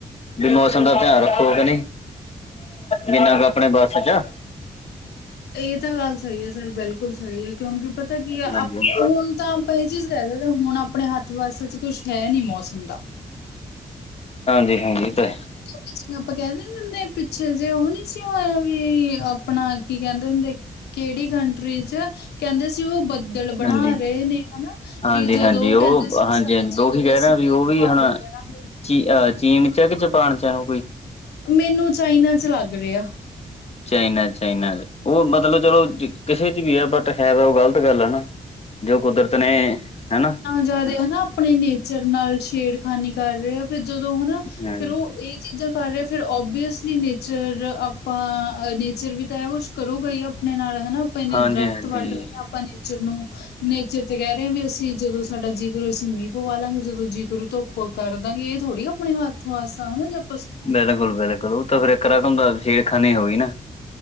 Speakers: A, on the left; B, on the left.
A: ਵੀ ਮੌਸਮ ਦਾ ਧਿਆਨ ਰੱਖੋ ਕੇ ਨਈ ਜਿੰਨਾ ਕੁ ਆਪਣੇ ਬੱਸ ਚ
B: ਏ ਤਾਂ ਗੱਲ ਸਈ ਐ ਸਰ ਬਿਲਕੁਲ ਸਈ ਐ ਕਿਉਂਕਿ ਪਤਾ ਕੀ ਐ
A: ਹਾਂਜੀ।
B: ਹੁਣ ਤਾਂ ਆਪਾਂ ਐ ਚੀਜ਼ ਹੁਣ ਆਪਣੇ ਹੱਥ-ਵੱਸ ਚ ਕੁੱਛ ਹੈ ਨੀ ਮੌਸਮ ਦਾ
A: ਹਾਂਜੀ-ਹਾਂਜੀ ਏ ਤਾਂ ਐ।
B: ਜਿਵੇਂ ਆਪਾਂ ਕੈ ਨੀ ਦਿੰਦੇ ਹੁੰਦੇ ਪਿੱਛੇ ਜੇ ਓਹ ਨੀ ਸੀ ਹੋਇਆ ਵੀ ਆਪਣਾ ਕੀ ਕੈੰਦੇ ਹੁੰਦੇ ਕੇੜੀ ਕੰਟਰੀ ਚ ਕੈਂਦੇ ਸੀ ਓ ਬ ਬੱਦਲ ਬਣਾ
A: ਹਾਂਜੀ।
B: ਰੇ ਨੇ ਹੈਨਾ
A: ਹਾਂਜੀ-ਹਾਂਜੀ
B: ਵੀ ਜਦੋਂ ਓ
A: ਉਹ
B: ਕੈਂਦੇ ਸੀ ਵੀ
A: ਹਾਂਜੀ-ਹਾਂਜੀ
B: ਸਾਡਾ ਜੀ
A: ਉਹੀ
B: ਕਰੇ
A: ਕਹਿ
B: ਅਸੀਂ
A: ਰਿਹਾ
B: ਮੀਂ
A: ਵੀ ਉਹ ਵੀ
B: ਪਵਾ
A: ਹੁਣ
B: ਦੇ ਡਰਾਂਗੇ।
A: ਚੀ ਅ ਚੀਨ ਚ ਐ ਕੇ ਜਪਾਨ ਚ ਓਹ ਕੋਈ
B: ਮੈਨੂੰ ਚਾਈਨਾ ਚ ਲੱਗ ਰੇਆ।
A: ਚਾਈਨਾ-ਚਾਈਨਾ ਚ ਓ ਮਤਲਬ ਚਲੋ ਕਿਸੇ ਚ ਵੀ ਆ ਬਟ ਹੈ ਤਾਂ ਓਹ ਗ਼ਲਤ ਗੱਲ ਆ ਨਾ ਜੋ ਕੁਦਰਤ ਨੇ ਹੈਨਾ
B: ਜਾਦਾ ਹੈਨਾ ਆਪਣੇ ਨੇਚਰ ਨਾਲ ਛੇੜਖਾਨੀ ਕਰ ਰੇ ਆ ਫਿਰ ਜਦੋਂ ਓਨਾ
A: ਹਾਂਜੀ।
B: ਫੇਰ ਓ ਏ ਚੀਜ਼ਾਂ ਕਰ ਰਹੇ ਫਿਰ ਓਬਵੀਅਸਲੀ ਨੇਚਰ ਆਪਾਂ ਨੇਚਰ ਵੀ ਤਾਂ ਏ ਕੁਛ ਕਰੂਗਾ ਈ ਆਪਣੇ ਨਾਲ ਹੈਨਾ ਆਪਾ ਐਨੇ
A: ਹਾਂਜੀ-ਹਾਂਜੀ
B: ਦਰੱਖਤ ਵੱਢ ਰੇ ਆਂ ਆਪਾਂ ਨੇਚਰ ਨੂੰ ਨੇਚਰ ਤੇ ਕੈ ਰੇ ਆਂ ਵੀ ਅਸੀਂ ਜਦੋਂ ਸਾਡਾ ਜੀਅ ਕਰੋ ਅਸੀਂ ਮੀਂ ਪਵਾ ਲਾਂਗੇ ਜਦੋਂ ਜੀਅ ਕਰੋ ਧੁੱਪ ਕਰ ਦਾਂਗੇ ਏ ਥੋੜ੍ਹੀ ਆਪਣੇ ਹੱਥ ਵਾਸ ਹੈਨਾ ਜ
A: ਬਿਲਕੁਲ-ਬਿਲਕੁਲ ਓਹ ਤਾਂ ਫਿਰ ਇੱਕ ਰਕਮ ਦਾ ਸੇੜਖਾਨੀ ਹੋ ਗੀ ਨਾ।